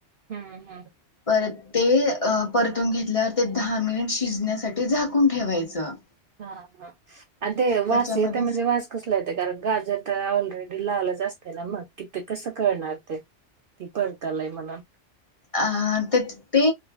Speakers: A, on the right (about 60°); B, on the left (about 30°).
A: हां हां <unintelligible>
B: तर ते अ परतून घेतल्यावर ते दहा मिनिट शिजण्यासाठी झाकून ठेवायचं
A: हा हा आणि ते वास
B: त्याच्यामध्ये
A: येत म्हणजे वास कसला येते कारण गाजर तर ऑलरेडी लालच असतय ना मग कि ते कसं कळणार ती परतालय म्हणा <unintelligible>
B: अ ते त ते